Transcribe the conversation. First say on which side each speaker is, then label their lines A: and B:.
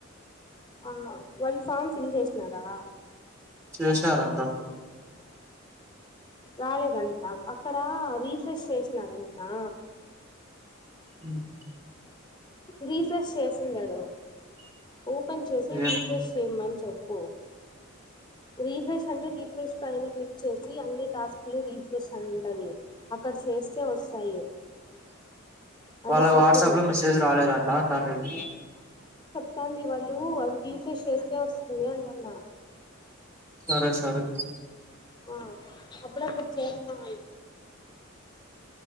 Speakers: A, on the left; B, on the right.
A: ఆ వాళ్ళు ఫామ్ ఫిల్ చేసినారా
B: చేసినారంటా
A: రాలేదంటా అక్కడ రీసెచ్ చేసినారంటనా
B: ఉమ్
A: రీసెర్చ్ చేసిండడు ఓపెన్ చేసి
B: ఏం
A: రీఫ్రెష్ చేయ్ మంచ్ చెప్పు రిఫ్రెష్ అంటే రిఫ్రెష్ ఆయనకనే చేసి అన్ని టాస్కులు రీఫ్రెష్ అనీ ఉంటది అక్కడ చేస్తే వస్తాయి
B: వాళ్ళ
A: అది చెప్పు
B: వాట్సాప్
A: నువ్వు
B: లో మెసేజ్ రాలేదంట అంటా న్డేది
A: తంది వాళ్ళు అది రిఫ్రెష్ చేస్తే వస్తుంది అంటన్నా
B: సరే సరే
A: ఆ అప్పుడప్పుడు చేస్తా ఉన్నా